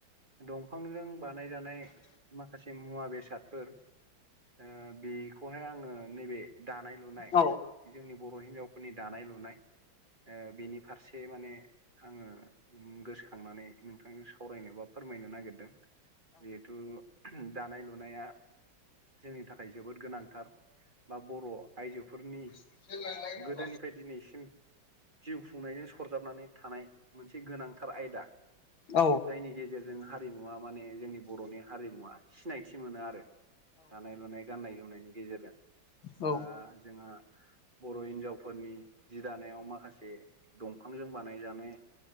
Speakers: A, on the right; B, on the left.
A: दंफांजों बानाय जानाय माखासे मुवा बेसादफोर। ओ बेखौहाय आङो नैबे दानाय लुनाय
B: औ
A: जोंनि बर' हिनजावफो दानाय लुनाय ओ बेनि फारसे माने आङो उम गोसोखांनानै नोंथांजों सावरायनो बा फोरमायनो नागिरदों। जिहेथु दानाय लु नाया जोंनि थाखाय जोबोद गोनांथार बा बर' आइजोफोरनि
B: <inaudible> <unintelligible>
A: गोदोनिफाय दिनैसिम जिउ खुंनायजों सरजाबनानै थानाय। मोनसे गोनांथार आयदा
B: औ
A: जायनि गेजेर जों हारिमुवा माने जोंनि बर'नि हारिमुवा सिनायथि मोनो आरो। दानाय लुनाय गान्नाय जोमनायनि गेजेरजों। दा
B: औ
A: जोंहा बर' हिनजाव। फोरनि जि दानायाव माखासे दंफांजों बानायजानाय।